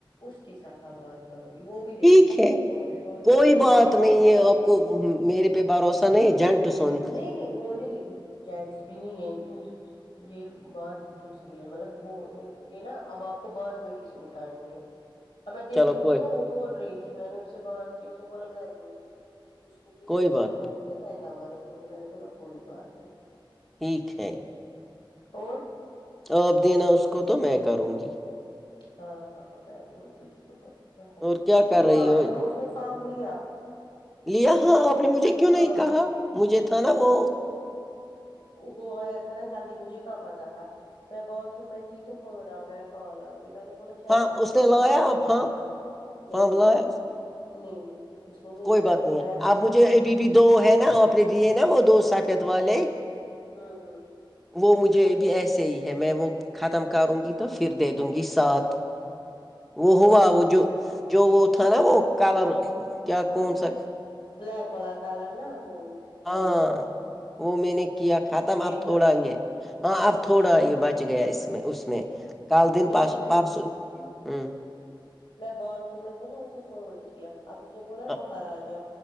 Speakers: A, on the left; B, in the centre.
A: اس کے ساتھ آپ بات کرو گی وہ بھی لیڈیز
B: ٹھیک ہے
A: ہوگی وہاں بھی وہ
B: کوئی
A: چھوٹی
B: بات
A: بچی
B: نہیں
A: ہوںگی
B: ہے آپ کو میرے پہ بھروسہ نہیں جنٹ سن
A: نہیں نہیں وہ نہیں جینٹس بھی نہیں ہے یہ بات دوسری ہے مطلب وہ یہ نا اب آپ کو بات وہی سے اٹھانی ہے ا میں دیکھوں
B: چلو کوئی
A: گی نا وہ بول رہی تھی میں نے اسے بات کی اسے بولا میں دوں گی اس کو کس
B: کوئی
A: کے ساتھ
B: بات
A: کرنا
B: نہیں
A: تو میں نمبر دوں گا میں نے بولا کوئی بات نہیں
B: ٹھیک ہے
A: اور
B: آپ دینا اس کو تو میں کروں گی
A: ہاں ہاں میں د اس کو تو
B: اور کیا کر
A: وہ
B: رہی
A: آیا
B: ہو
A: تھا اس نے فب لیا
B: لیا ہاں آپ نے مجھے کیوں نہیں
A: ہاں
B: کہا مجھے تھا نا
A: اس
B: وہ
A: نے وہ آیا تھا نا جلدی مجھے کہاں پہ تھا میں باتھ روم میں تھی تو فون آ گیا کال آ گیا میں نے بولا شاید
B: ہاں
A: ایسے
B: اس
A: ہی
B: نے
A: ہو
B: لایا
A: مجھے فون
B: فام
A: کر نہیں
B: فام
A: نہیں
B: لایا
A: نہیں نہیں اس نے نہیں
B: کوئی
A: لایا
B: بات
A: میں
B: ہے
A: بول
B: اب
A: رہیھی
B: مجھے ابھی دو ہے نا آپ نے دیے نا وہ دو سفت والے
A: ہوں ہوں
B: وہ مجھے ابھی ایسے ہی ہے میں وہ ختم کروں گی تو پھر دے دوں گی سات وہ
A: ہاں
B: ہوو واہ وہ جو جو وہ تھا نا وہ کلر کیا کون سا
A: بلیک والا کلر نہا ہو
B: ہاں وہ میں نے کیا ختم
A: گرے
B: آپ
A: کلر
B: تھوڑا
A: کا
B: یہ ہاں اب تھوڑا یہ بچ گیا اس میں اس میں کل دنس
A: نہیں میں
B: پرسوں ہوں
A: میں باتھ روم میں تھی نا اسے فون کیا اب اسے بولا
B: اچ-
A: باہر آ جاؤ